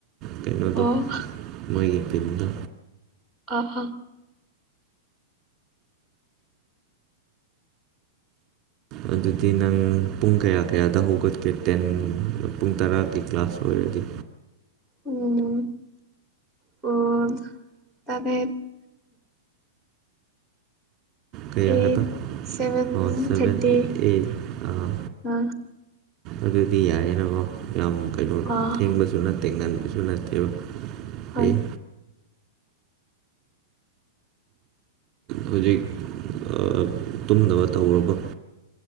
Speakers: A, on the right (about 30°); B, in the centre.
A: ꯀꯩꯅꯣꯗꯣ
B: ꯑꯣ
A: ꯃꯣꯏꯒꯤ ꯇꯤꯟꯗꯣ
B: ꯑꯥ ꯑꯥ
A: ꯑꯗꯨꯗꯤ ꯅꯪ ꯄꯨꯡ ꯀꯌꯥ ꯀꯌꯥꯗ ꯍꯧꯒꯠꯀꯦ ꯇꯦꯟ ꯄꯨꯡ ꯇꯔꯥꯒꯤ ꯀ꯭ꯂꯥꯁ ꯑꯣꯏꯔꯗꯤ
B: ꯎꯝ ꯄꯨꯡ ꯇꯔꯦꯠ
A: ꯀꯌꯥ
B: ꯑꯩꯠ
A: ꯍꯥꯏꯕ
B: ꯁꯚꯦꯟ
A: ꯑꯣ ꯁꯚꯦꯟ
B: ꯊꯥꯔꯇꯤ
A: ꯑꯩꯠ ꯑꯥ
B: ꯑ
A: ꯑꯗꯨꯗꯤ ꯌꯥꯏꯌꯦꯅꯀꯣ ꯌꯥꯝ ꯀꯩꯅꯣ
B: ꯑ
A: ꯊꯦꯡꯕꯁꯨ ꯅꯠꯇꯦ ꯉꯟꯕꯁꯨ ꯅꯠꯇꯦꯕ
B: ꯍꯣꯏ
A: ꯑꯩ ꯍꯧꯖꯤꯛ ꯑ ꯇꯨꯝꯗꯕ ꯇꯧꯔꯕ